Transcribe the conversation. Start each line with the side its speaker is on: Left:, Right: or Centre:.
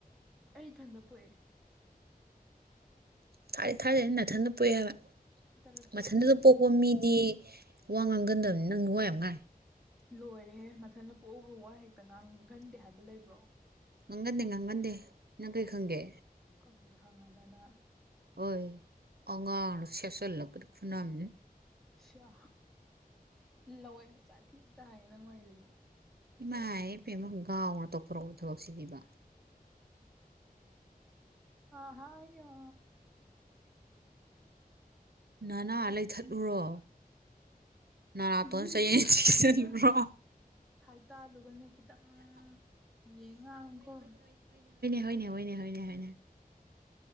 Centre: ꯑꯩ ꯏꯊꯟꯗ ꯄꯣꯛꯑꯦ
Right: ꯊꯥꯔꯤ ꯊꯥꯔꯦꯗꯤ ꯃꯅꯥꯊꯟꯗ ꯄꯣꯛꯑꯦ ꯍꯥꯏꯕ
Centre: ꯇꯔꯛ ꯇꯔꯛ
Right: ꯃꯊꯟꯗꯨꯗ
Centre: ꯏꯊꯟꯗ
Right: ꯄꯣꯛꯄ ꯃꯤꯗꯤ ꯋꯥꯉꯅꯒꯟꯗꯕꯅꯤ ꯅꯪꯅꯅꯨꯡ ꯋꯥꯝꯍꯥꯏ
Centre: ꯂꯣꯏꯔꯦꯍꯦ ꯃꯊꯟꯗ ꯄꯣꯛꯑꯒ ꯋꯥ ꯍꯦꯛꯇ ꯉꯥꯡꯒꯟꯗꯦ ꯍꯥꯏꯕ ꯂꯩꯕ꯭ꯔꯣ
Right: ꯉꯪꯒꯟꯗꯦ ꯉꯥꯡꯒꯟꯗꯦ ꯅꯪ ꯀꯩ ꯈꯪꯒꯦ
Centre: ꯀꯔꯤ ꯈꯪꯉꯗꯅ
Right: ꯍꯣꯏ ꯑꯉꯥꯡ ꯁꯦꯁꯜ ꯂꯧ ꯈꯨꯅꯥꯝ
Centre: ꯁꯤꯌꯥ ꯂꯧꯑꯣꯏ ꯃꯆꯥ ꯊꯤ ꯇ ꯍꯥꯏꯌꯦ ꯅꯪꯉꯥꯏꯁꯤꯗꯤ
Right: ꯏꯃꯥ ꯏ ꯄ ꯑꯃ ꯒꯥꯎꯅ ꯇꯧꯊꯣꯔꯛꯄ ꯊꯕꯛꯁꯤꯅꯦꯕ
Centre: ꯑꯍ
Right: ꯅꯅꯥ ꯂꯩꯊꯠꯂꯨꯔꯣ ꯅꯅꯥꯇꯣꯟ
Centre: ꯏꯕ
Right: ꯆꯌꯦꯠ
Centre: ꯑꯃ
Right: ꯆꯤꯛꯁꯤꯜꯂꯨꯔꯣ
Centre: ꯏꯕ ꯑꯃ ꯍꯥꯏꯇꯥꯜꯂꯨꯒꯅꯦ ꯈꯤꯇꯪ ꯌꯦꯉ ꯑꯃꯀꯣ
Right: ꯍꯅꯦ ꯍꯣꯏꯅꯦ ꯍꯅꯦ ꯍꯅꯦ